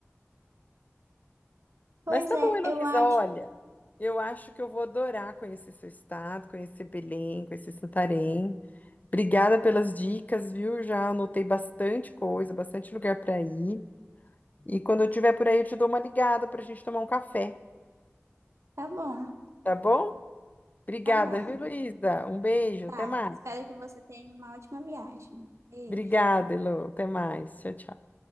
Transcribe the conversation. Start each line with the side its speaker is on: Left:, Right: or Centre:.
Right: Pois
Left: Mas tá
Right: é,
Left: bom, Heloísa,
Right: eu acho.
Left: olha. Eu acho que eu vou adorar conhecer seu estado, conhecer Belém, conhecer Santarém. Obrigada pelas dicas, viu? Já anotei bastante coisa, bastante lugar para ir. E quando eu estiver por aí, eu te dou uma ligada para a gente tomar um café,
Right: Tá bom,
Left: tá bom? Obrigada,
Right: tá bom.
Left: viu, Luísa? Um beijo,
Right: Tá.
Left: até mais.
Right: Espero que você tenha uma ótima viagem. Beijo.
Left: Obrigada, Elô, até mais. Tchau, tchau.